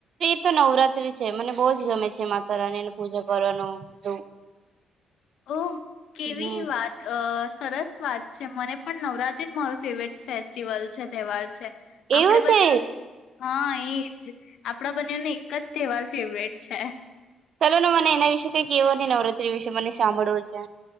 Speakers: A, on the right; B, on the left.
A: તો નવરાત્રી છે મને બહુ જ ગમે છે માતા રાનીને પૂજા કરવાનું બધું
B: ઓ કેવી
A: હમ
B: વાત અ સરસ વાત છે મને પણ નવરાત્રી જ મારો ફેવરેટ ફેસ્ટિવલ છે તહેવાર છે આપડે
A: એવું
B: બને
A: છે
B: હા એજ આપણા બંનેને એક જ તહેવાર ફેવરેટ છે.
A: ચાલો ને મને એના વિશે કઈક કેવો ન નવરાત્રી વિશે મને સાંભળવું છે.